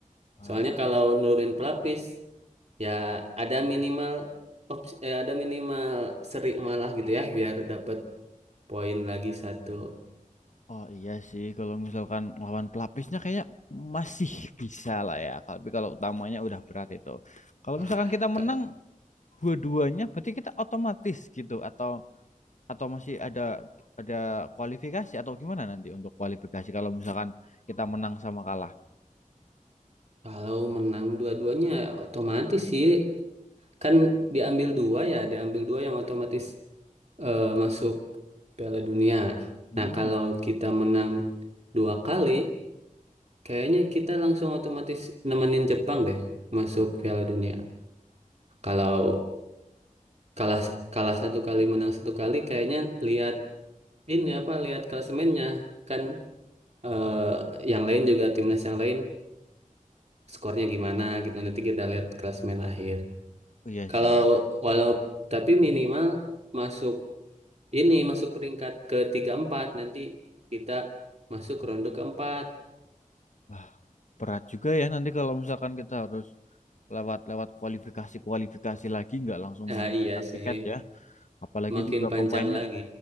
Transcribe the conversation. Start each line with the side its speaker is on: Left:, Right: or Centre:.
Left: Wah,
Right: Soalnya kalau nurunin pelapis Ya ada minimal opsi, eh, ada minimal seri malah gitu ya biar dapat poin lagi satu.
Left: Oh iya sih, kalau misalkan lawan pelapisnya kayaknya masih bisa lah ya. Tapi kalau utamanya udah berat itu. Kalau
Right: Ah,
Left: misalkan kita
Right: Kak,
Left: menang dua-duanya, berarti kita otomatis gitu atau atau masih ada ada kualifikasi atau gimana nanti untuk kualifikasi kalau misalkan kita menang sama kalah?
Right: kalau menang dua-duanya ya otomatis sih kan diambil dua ya, diambil dua yang otomatis eh, masuk Piala Dunia.
Left: Hmm,
Right: Nah, kalau kita menang dua kali, kayaknya kita langsung otomatis nemenin Jepang deh masuk Piala Dunia. Kalau kalah kalah satu kali menang satu kali, kayaknya lihat ini apa lihat klasemennya kan eh, yang lain juga timnas yang lain skornya gimana gitu nanti kita lihat klasemen akhir
Left: oh iya
Right: kalau
Left: sih.
Right: walau tapi minimal masuk ini masuk peringkat ke tiga empat nanti kita masuk ronde keempat
Left: Wah, berat juga ya nanti kalau misalkan kita harus lewat-lewat kualifikasi-kualifikasi lagi nggak langsung mengamankan
Right: ah iya sih
Left: tiket ya. Apalagi
Right: makin
Left: juga
Right: panjang
Left: pemainnya.
Right: lagi